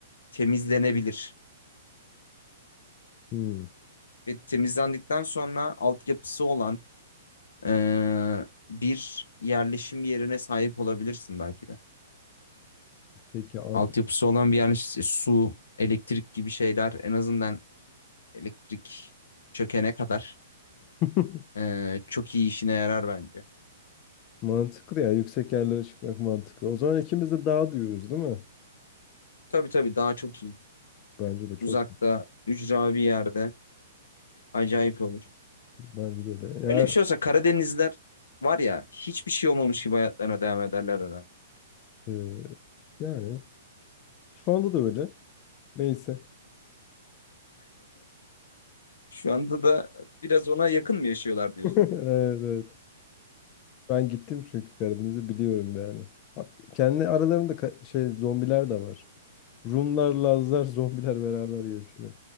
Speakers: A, on the left; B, on the left.
A: temizlenebilir.
B: Hmm.
A: Ve temizlendikten sonra altyapısı olan e, bir yerleşim yerine sahip olabilirsin belki de.
B: Peki abi.
A: Altyapısı olan bir yerleşim, su, elektrik gibi şeyler en azından elektrik çökene kadar
B: <laughs>
A: e, çok iyi işine yarar bence.
B: Mantıklı ya. Yüksek yerlere çıkmak mantıklı. O zaman ikimiz de dağ diyoruz değil mi?
A: Tabii tabii daha çok iyi.
B: Bence de çok.
A: Uzakta, ücra bir yerde acayip olur.
B: Bence de öyle. Ya,
A: Böyle bir şey olsa Karadenizler var ya hiçbir şey olmamış gibi hayatlarına devam ederler herhalde.
B: e, yani şu anda da öyle. Neyse.
A: Şu anda da biraz ona yakın mı yaşıyorlar diyorsun?
B: <laughs> Evet evet. Ben gittim çünkü Karadeniz'i biliyorum yani. Hat- Kendi aralarında ka- şey zombiler de var. Rumlar, Lazlar, zombiler beraber yaşıyor.